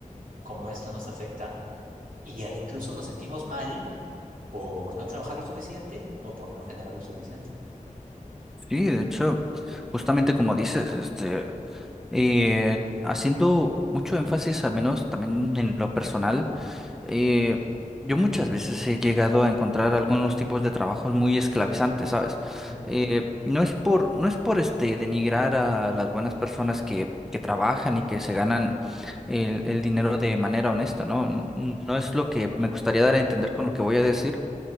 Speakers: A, on the right; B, in the centre.
A: cómo esto nos afecta y e incluso nos sentimos mal por no trabajar lo suficiente o por no generar lo suficiente.
B: Sí, de hecho, justamente como dices, este, eh, haciendo mucho énfasis, al menos también en lo personal, eh, yo muchas veces he llegado a encontrar algunos tipos de trabajos muy esclavizantes, ¿sabes?
A: Ujú,
B: Eh, no es por, no es por este denigrar a las buenas personas que, que trabajan y que se ganan el, el dinero de manera honesta, ¿no? N- No es lo que me gustaría dar a entender con lo que voy a decir